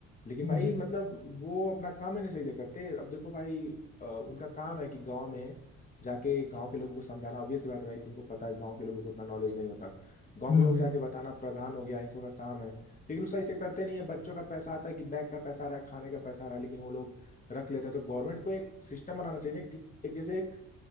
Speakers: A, on the left; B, on the left.
A: लेकिन
B: हम्म,
A: भाई मतलब वो अपना काम नहीं सही से करते अब देखो भाई अ, उनका काम है कि गांव में जाके गांव के लोगों को समझाना ऑब्वियस सी बात है भाई तुमको पता है गांव के लोगों को उतना नॉलेज नहीं होता गांव
B: हम्म,
A: के लोग
B: हम्म,
A: जाके बताना प्रधान हो गया इन सब का काम है लेकिन वो सही से करते नहीं है बच्चों का पैसा आता है कि बैग का पैसा आ रहा है खाने का पैसा आ रहा है लेकिन वो लोग रख लेता है तो गवर्नमेंट को एक सिस्टम बनाना चाहिए ना कि एक जैसे एक